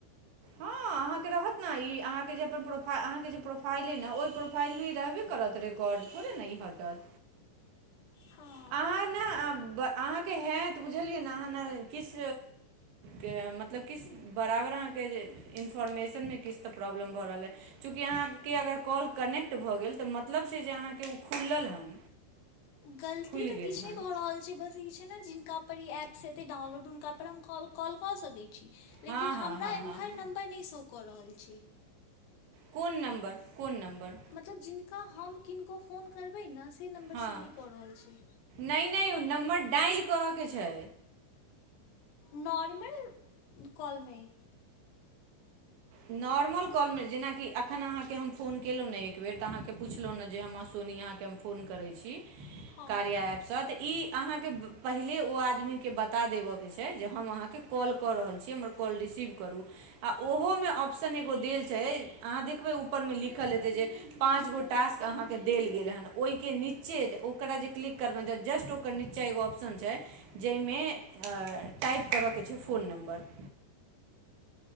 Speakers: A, on the right; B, on the left.
A: हँ अहांके रहत ने ई अहांके जे प्रोफाइल अहांके जे प्रोफाइल अइ ने ओहि प्रोफाइल मे ई रहबे करत कोड थोड़े ने ई हटत।
B: हँ
A: अहाँ ने अहाँ केँ हेएत बुझलियै ने अहाँ ने किछ के मतलब किछ बराबर अहाँके जे इन्फॉर्मेशन मे किछ तऽ प्रॉब्लम भऽ रहल अइ। चूँकि अहाँकेँ अगर कॉल कनेक्ट भऽ गेल तऽ मतलब छै जे अहाँकेँ ओ खुलल हन।
B: गलती
A: खुलि
B: तऽ
A: गेल
B: किछु
A: हन
B: नहि भऽ रहल छै बस ई छै ने जिनका पर ई एप्स हेतै डाउनलोड हुनका पर हम कॉल कॉल क सकै
A: हँ
B: लेकिन हमरा
A: हँ हँ
B: एम्हर
A: हँ
B: नम्बर नहि शो कऽ रहल छै।
A: कोन नम्बर कोन नम्बर,
B: मतलब जिनका हम किनको फोन करबै ने से नम्बर
A: हँ
B: शो नहि कऽ रहल छै।
A: नहि नहि ओ नम्बर डायल करऽ के छै।
B: नार्मल काॅल मे,
A: नॉर्मल कॉल मे जेनाकि एखन अहाँके हम फोन केलहुँ ने एक बेेर तऽ अहाँके पुछलहुँ ने जे हमरा सोनिया के हम फोन करै छी,
B: हँ
A: कार्या ऐप सेएह तऽ ई अहाँके पहिले ओ आदमीके बता देबऽके छै जे हम अहाँके कॉल कऽ रहल छी हमर कॉल रिसीव करू आ ओहोमे ऑप्शन एगो देल छैय अहाँ देखबै ऊपरमे लिखल हेतै जे पाँच गो टास्क अहाँके देल गेल हेन ओहिके नीचे ओकरा जे क्लिक करबेन जस्ट ओकर नीचे। चाह एगो ऑप्शन छैय जाहिमे टाइप करऽके छैय फोन नम्बर।